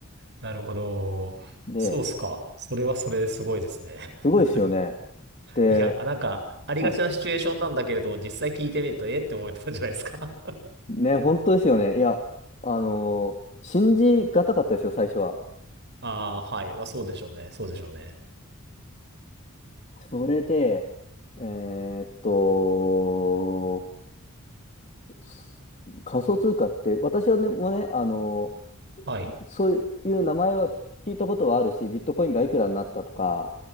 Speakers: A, on the right; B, on the left.
A: なるほど。
B: で、
A: そうっすか。それはそれですごいですね。
B: すごいですよね。
A: <laughs>
B: で、
A: いや、なんか、
B: はい。
A: ありがちなシチュエーションなんだけれど、実際聞いてみると、ええって思ってたじゃないですか。
B: ね、本当ですよね。いや、あのー信じがたかったですよ、最初は。
A: <laughs> ああ、はい。まあ、そうでしょうね。そうでしょうね。
B: それで、えーっと、す仮想通貨って、私はね、もうね、あの
A: はい。
B: そういう名前は聞いたことはあるし、ビットコインがいくらになったとか、